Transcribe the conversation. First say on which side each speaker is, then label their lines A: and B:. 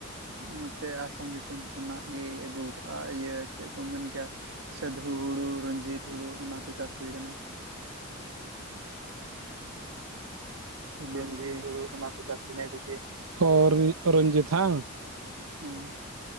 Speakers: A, on the right; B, on the right.
A: ᱱᱚᱛᱮ ᱟᱥᱟᱢ ᱫᱤᱥ ᱥᱚᱢ ᱠᱷᱚᱱᱟᱜ ᱜᱮ ᱟᱹᱜᱩ᱾ ᱟ ᱤᱭᱟᱹ ᱪᱮᱫ ᱠᱚᱢ ᱢᱮᱱ ᱠᱮᱜ ᱟ ᱥᱟᱹᱫᱷᱩ ᱦᱩᱲᱩ ᱨᱚᱱᱡᱤᱛ ᱦᱩᱲᱩ ᱚᱱᱟ ᱠᱚ ᱪᱟᱥ ᱛᱟᱦᱮ ᱠᱟᱱᱟ᱾ ᱤᱱᱟᱹ
B: ᱨᱚᱧᱡᱤᱛ
A: ᱠᱚᱜᱮ
B: ᱦᱳᱲᱳ ᱚᱱᱟ ᱠᱚ ᱪᱟᱥ <unintelligible> ᱨᱚᱧᱡᱤᱛ ᱦᱟᱝ?
A: ᱦᱮᱸ